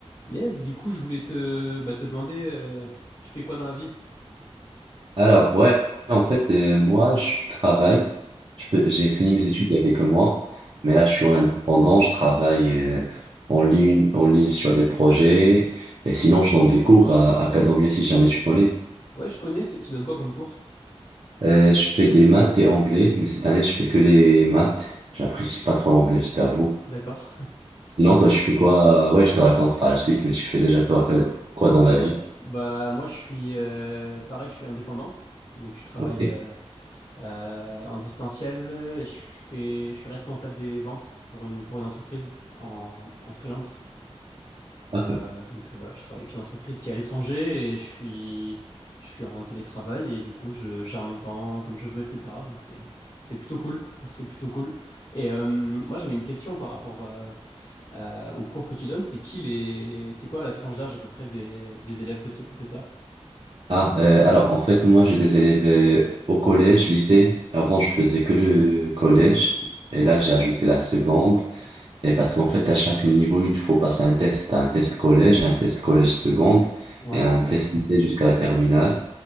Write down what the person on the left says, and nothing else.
Yes, du coup, je voulais te, bah, te demander, euh, tu fais quoi dans la vie?
Ok,
ouais.
Ouais, je connais, c'est- tu donnes quoi comme cours?
D'accord.
Ouais,
bah moi je suis euh, pareil, je suis indépendant. Donc je travaille
euh, euh, en distanciel, je fais, je suis responsable des ventes pour une, pour une entreprise en, en freelance.
Euh, donc euh, voilà, je travaille avec une entreprise qui est à l'étranger et je suis, je suis en télétravail et du coup je gère mon temps comme je veux, etc. Donc c'est, c'est plutôt cool, <laughs> c'est plutôt cool. Et euh, moi j'avais une question par rapport euh, euh, au cours que tu donnes, c'est qui les, c'est quoi la tranche d'âge à peu près des, des élèves que tu que t'as?
Ouais.